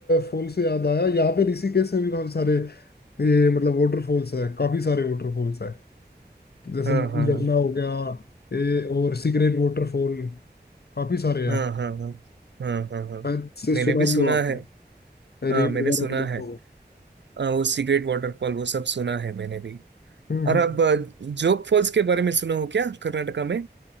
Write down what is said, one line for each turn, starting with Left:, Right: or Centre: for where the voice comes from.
Left: फॉल से याद आया यहाँ पे ऋषिकेश में भी काफी सारे ये मतलब वाटरफॉल्स है काफी सारे वाटरफॉल्स है जैसे
Right: हाँ
Left: नील
Right: हाँ
Left: झरना हो गया ये और सीक्रेट वाटरफॉल काफी सारे
Right: हाँ
Left: हैं
Right: हाँ हाँ हाँ हाँ हाँ हाँ
Left: शायद से
Right: मैंने
Left: सुना
Right: भी सुना
Left: भी हो आपने
Right: है हाँ
Left: रील
Right: मैंने
Left: वगैरह
Right: सुना
Left: पे देखा
Right: है
Left: होगा
Right: अ, वो सिगरेट वाटरफॉल वो सब सुना है मैंने भी
Left: हम्म
Right: और
Left: हम्म।
Right: अब अ, जोग फॉल्स के बारे में सुना हो क्या कर्नाटका में